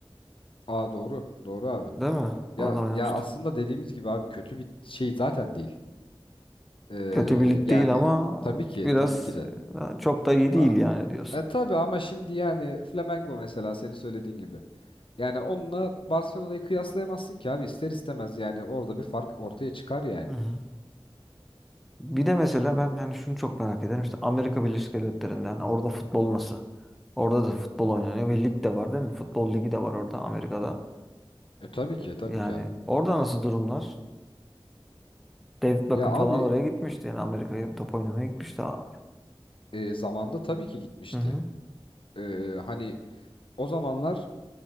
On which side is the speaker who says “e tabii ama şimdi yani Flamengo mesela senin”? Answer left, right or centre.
Left